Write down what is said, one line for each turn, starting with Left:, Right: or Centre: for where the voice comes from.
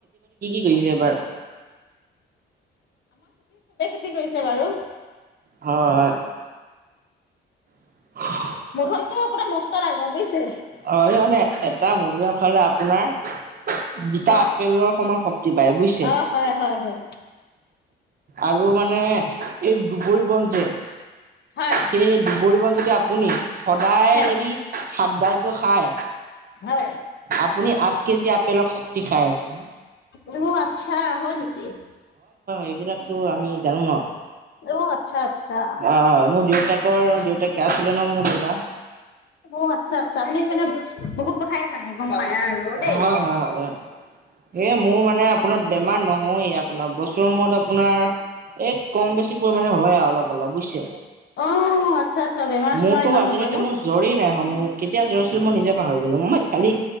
Right: গৈছে এবাৰ।
Left: কি কৰিছে বাৰু?
Right: হয়। <inaudible>
Left: মধুৰিআমটো আপোনাৰ মস্ত ডাঙৰ বুজিছে।
Right: অ', এই মানে এটা মধুৰিআম খালে আপোনাৰ দুটা
Left: হয়
Right: আপেলৰ সমান শক্তি পায় বুজিছে।
Left: অ হয় হয় হয়
Right: আৰু মানে এই দুবৰি বন যে
Left: হয়
Right: সেই দুবৰি বন যদি আপুনি সদায়
Left: হয়
Right: যদি হাতডাল খাই।
Left: হয়
Right: আপুনি আঠ কেজি আপেলৰ শক্তি খাই আছে।
Left: অ', আচ্ছা হয় নেকি?
Right: এইবিলাকো আমি জানো ন।
Left: অ আচ্ছা আচ্ছা
Right: অ', হয় মোৰ দেউতাকৰ দেউ <unintelligible> আছিল ন মোৰ দেউতা।
Left: অ', আচ্ছা আচ্ছা আপুনি মানে বহুত কথাই জানে গম পায়। আৰু দেই
Right: হয়, হয়, হয়। এ মোৰ মানে আপোনাৰ বেমাৰ নহয় আপোনাৰ বছৰ মূৰত আপোনাৰ এই কম বেছি পৰিমাণে হয় আৰু অলপ অলপ বুজচে।
Left: অ আচ্ছা আচ্ছা বেমাৰ
Right: মোৰতো
Left: চেমাৰ ইমান
Right: আজিলৈকে
Left: নহয় ন
Right: মোৰ জৰী নাই হোৱা মোৰ কেতিয়া জ মই নিজে পাহৰি গ'লো মই কালি